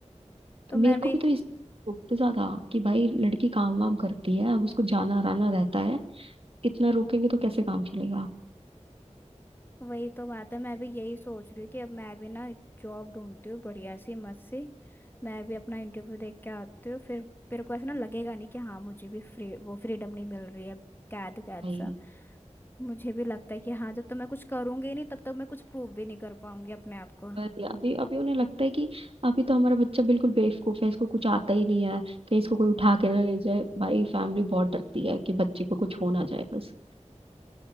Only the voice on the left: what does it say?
तो
मैं भी
वही तो बात है मैं भी यही सोच रही हूँ कि अब मैं भी ना जॉब ढूंढती हूँ बढ़िया सी मस्त सी मैं भी अपना इंटरव्यू देख के आती हूँ फिर मेरे को ऐसा ना लगेगा नहीं कि हाँ मुझे भी फ्री वो फ्रीडम नहीं मिल रही है कैद कैद
सा मुझे भी लगता है कि हाँ जब तक मैं कुछ करूंगी नहीं तब तक मैं कुछ प्रूव भी नहीं कर पाऊंगी अपने आप को